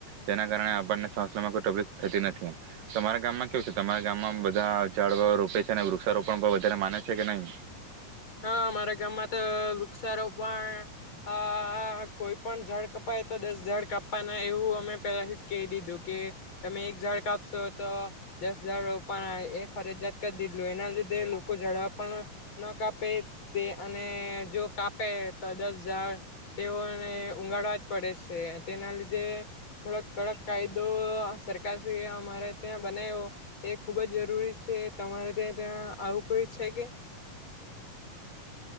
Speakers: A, on the right (about 75°); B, on the left (about 35°).
A: જેના કારણે આપણને શ્વાસ લેવામાં કોઈ તકલીફ થતી નથી તમારા ગામમાં કેવું છે તમારા ગામમાં બધા ઝાડવા રોપે છે અને વૃક્ષારોપણ પણ વધારે માને છે કે નહીં?
B: હા, અમારા ગામમાં તો વૃક્ષારોપણ આ કોઈ પણ ઝાડ કપાય તો દસ ઝાડ કાપવાના એવું અમે પહેલાથી કેઇ દીધું કે તમે એક ઝાડ કાપશો તો દસ ઝાડ રોપવાના એ ફરજિયાત કરી દીધલુ એના લીધે લોકો ઝાડવા પણ ન કાપ તે અને જો કાપે તો દસ હજાર તેઓને ઉઊગાડવા જ પડે છે તેના લીધે થોડક કડક કાયદો સરકાર શ અમારે ત્યાં બનાવ્યો એ ખૂબ જ જરૂરી છે તમારે ત્યાં ત્યાં આવું કોઈ છે કે.